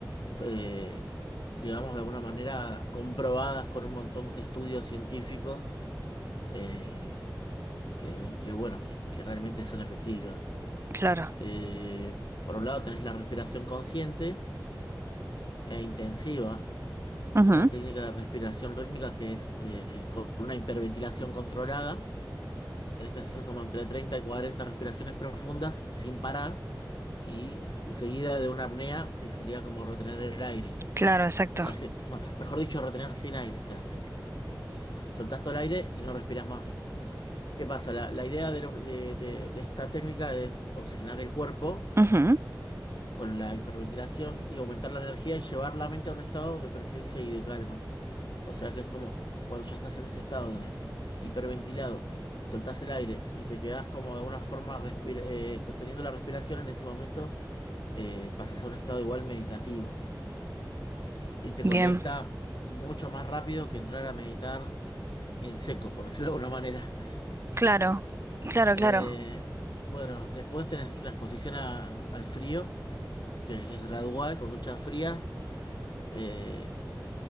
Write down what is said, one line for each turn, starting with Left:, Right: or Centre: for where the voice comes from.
Left: eh, digamos, de alguna manera comprobadas con un montón de estudios científicos eh, que, que, bueno, que, que realmente son efectivas.
Right: claro.
Left: Eh, por un lado tenés la respiración consciente e intensiva. Es
Right: Ujú,
Left: una técnica de respiración rítmica que es eh, con una hiperventilación controlada. Tenés que hacer como entre 30 y 40 respiraciones profundas sin parar y s- seguida de una apnea que sería como retener el aire.
Right: claro, exacto.
Left: O sea, si- no, mejor dicho, retener sin aire. O sea, si- soltás todo el aire y no respiras más. ¿Qué pasa? La, la idea de, lo- de de- de esta técnica es oxigenar el cuerpo
Right: Ujú,
Left: con la hiperventilación y aumentar la energía y llevar la mente a un estado de presencia y de calma. O sea que es como cuando ya estás en ese estado de hiperventilado, soltás el aire y te quedás como de alguna forma respira- eh, sosteniendo la respiración, en ese momento eh, pasás a un estado igual meditativo y te conecta
Right: bien.
Left: mucho más rápido que entrar a meditar en seco, por <laughs> decirlo de alguna manera.
Right: Claro, claro,
Left: Eh,
Right: claro.
Left: bueno, después tenés una exposición a- al frío, que es gradual, con duchas frías eh,